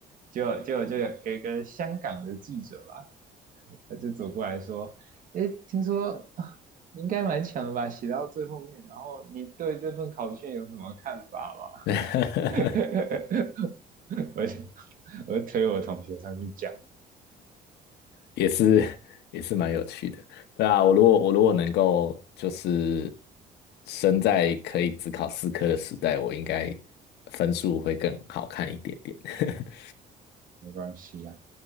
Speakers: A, on the right; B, on the left.
A: 结果结果就有有一个香港的记者吧，他就走过来说，诶，听说啊你应该蛮强的吧，写到最后面，然后你对这份考卷有什么看法吗？
B: <laughs>
A: <laughs> 我就我就推我同学上去讲。
B: 也是也是蛮有趣的，对啊，我如果我如果能够就是生在可以只考四科的时代，我应该分数会更好看一点点。<laughs>
A: 没关系啊。